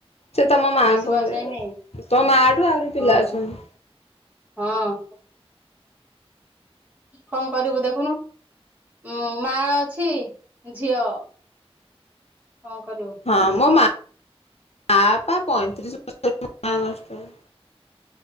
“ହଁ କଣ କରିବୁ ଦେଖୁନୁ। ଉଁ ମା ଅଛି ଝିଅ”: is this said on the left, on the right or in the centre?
Right